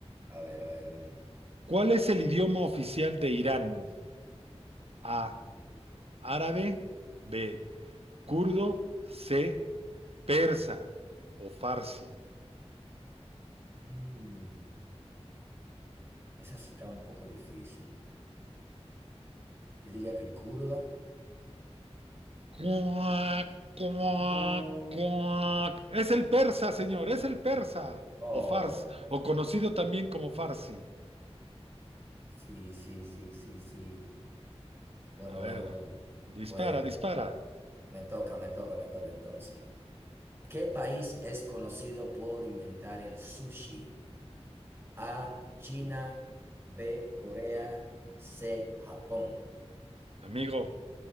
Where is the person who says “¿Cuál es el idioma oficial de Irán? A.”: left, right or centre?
Right